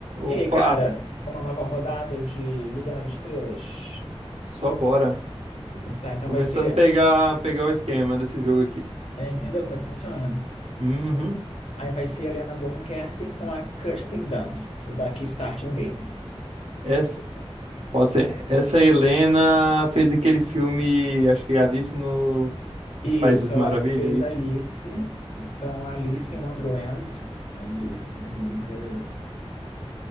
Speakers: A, on the left; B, on the right.
A: E
B: Opa,
A: aí, cara, uma nova rodada de Liga nas Estrelas.
B: só bora.
A: Tá, então
B: Começando
A: vai ser.
B: a pegar, pegar o esquema desse jogo aqui.
A: é, entendeu como é que funciona?
B: Uhum.
A: Aí vai ser a Helena Bonham Carter com a Kirsten Dunst. Vou dar aqui start no game.
B: Essa, pode ser. Essa Helena fez aquele filme, acho que Alice no, nos
A: Isso,
B: Países das
A: ela
B: Maravilhas,
A: fez
B: é isso?
A: Alice. Então, Alice em Wonderland. Alice em Wonderland.